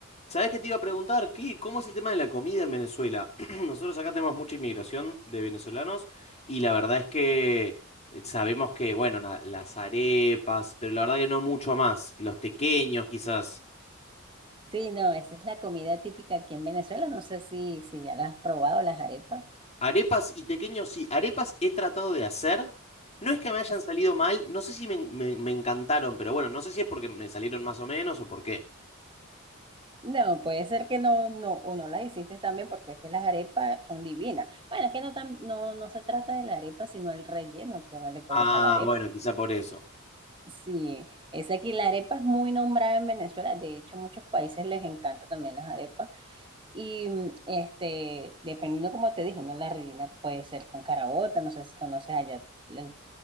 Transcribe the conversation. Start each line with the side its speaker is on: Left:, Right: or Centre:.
Left: ¿Sabés qué te iba a preguntar? ¿Qué, cómo es el tema de la comida en Venezuela? <clears throat> Nosotros acá tenemos mucha inmigración de venezolanos y la verdad es que eh, sabemos que, bueno, na- las arepas, pero la verdad que no mucho más, los tequeños quizás.
Right: Sí, no, esa es la comida típica aquí en Venezuela. No sé si, si ya la has probado, las arepas.
Left: Arepas y tequeños sí, arepas he tratado de hacer. No es que me hayan
Right: Es-
Left: salido mal, no sé si me, me- me encantaron, pero bueno, no sé si es porque me salieron más o menos o por qué.
Right: No, puede ser que no, no, o no las hiciste también porque es que las arepas son divinas. Bueno, es que no, tan- no, no se trata de la arepa, sino el relleno que uno le coloca
Left: Ah,
Right: a la arepa.
Left: bueno, quizá por eso.
Right: Sí, es aquí la arepa es muy nombrada en Venezuela. De hecho, muchos países les encanta también las arepas. Y mm, este, dependiendo como te dijo, ¿no? La rellena puede ser con carabota, no sé si conoces allá, le